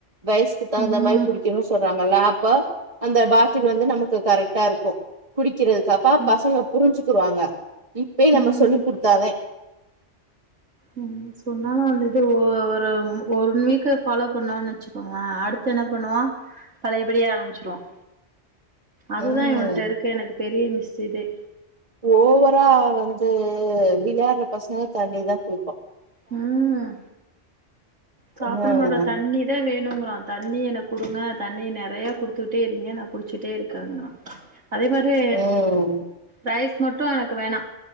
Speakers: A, on the right; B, on the right.
A: வயஸ்க்கு தகுந்த
B: ம்
A: மாரி குடிக்கணு சொ னாங்கல்ல அப்ப அந்த பாட்டில் வந்து நமக்கு கரெக்டா இருக்கு குடிக்கறது பா
B: ம்
A: பசங்க புரிஞ்சு குருவாங்க இப்பய நம்ம
B: ம்
A: சொல்லி குடுத்தா தா
B: உம் சொன்னாலு அந்த இது ஒரு ஒன் வீக்கு ஃபாலோ பண்ணானு வச்சுக்கோங்களேன் அடுத்து என்ன பண்ணுவான் பழையபடி ஆரம்ச்சருவான் அதுதா
A: ம்
B: இவன்ட்ட இருக்கு எனக்கு பெரிய மிஸ் சிதே
A: ஓவரா வந்து விளாட்ற பசங்க தாண்டி தா போ
B: உம் சாப்ட
A: ம்
B: மாட்டா தண்ணி தா வேணுங்கிறான் தண்ணி எனக்கு குடுங்க தண்ணி நெறைய குடுத்துகிட்டே இரிங்க நா குடிச்சுட்டே இருக்கேங்கறான் அதே மாரி
A: ம்
B: ரைஸ் மட் இப்ப எனக்கு வேணாம்